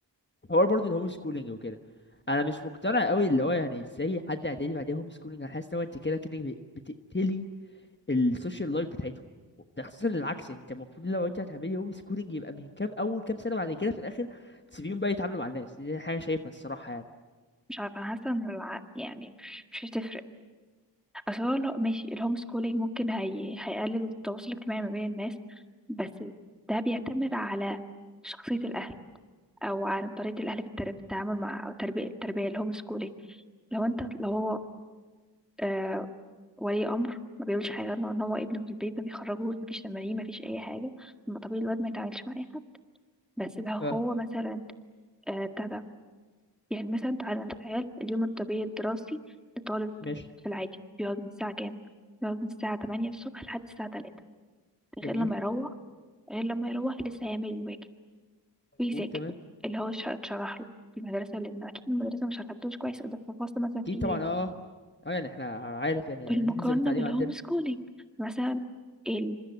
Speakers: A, on the left; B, in the centre.
A: حوار برضو الهوم سكولينج وكده انا مش مقتنع قوي اللي هو يعني ازاي حد اعدادي بعديها هوم سكولينج انا حاسس ان هو انت كده كده بتقتلي السوشيال لايف بتاعتهم ده خصوصا العكس يعني انت المفروض لو انت هتعملي هوم سكولينج يبقى من كام اول كام سنه بعد كده في الاخر تسيبيهم بقى يتعاملوا مع الناس دي حاجه شايفها الصراحه يعني
B: مش عارفة أنا حاسة إن الع- يعني مش مش هتفرق أصل هو لو ماشي الهوم سكولينج ممكن هي... هيقلل التواصل الاجتماعي ما بين الناس بس ده بيعتمد على شخصية الأهل أو على طريقة الأهل في التر- في التعامل مع أو التربية التربية الهوم سكولينج لو أنت لو هو آه ولي أمر ما بيقولش حاجة لو إن هو ابنه في البيت ما بيخرجوش مفيش تمارين مفيش أي حاجة طب ما طبيعي الواد ما يتعاملش مع أي حد بس لو هو
A: اه
B: مثلا آه بتاع ده يعني مثلا تعالى نتخيل اليوم الطبيعي الدراسي لطالب
A: ماشي
B: في العادي بيقعد من الساعة كام؟ بيقعد من الساعة 8 الصبح لحد الساعة 3
A: جميل
B: غير لما يروح غير لما يروح لسه هيعمل الواجب
A: مظبوط
B: ويذاكر
A: تمام
B: اللي هو اتش- اتشرح له في المدرسة لأن أكيد المدرسة مش شرحتلوش كويس ده في الفصل مثلا
A: اكيد
B: فيه
A: طبعا
B: إيه؟
A: اه اه يعني احنا عارف يعني
B: بالمقارنة
A: لازم التعليم
B: بالهوم
A: عندنا
B: سكولينج مثلا ال...